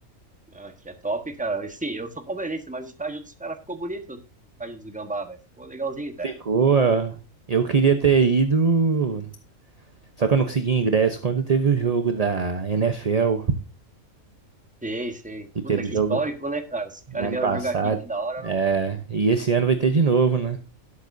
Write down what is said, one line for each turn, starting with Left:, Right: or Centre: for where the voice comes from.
Centre: Ah, Aqui é top, cara. E, Sim, eu sou palmeirense, mas o estádio dos caras ficou bonito. O estádio dos Gambá, velho. Ficou legalzinho, cara.
Right: Ficou. ah, Eu queria ter ido. Só que eu não consegui ingresso quando teve o jogo da NFL.
Centre: Sei, sei.
Right: E
Centre: Puta,
Right: teve
Centre: que
Right: o jogo
Centre: histórico, né, cara? Os caras
Right: no ano
Centre: vieram
Right: passado.
Centre: jogar aqui, que da hora.
Right: É, e esse ano vai ter de novo, né?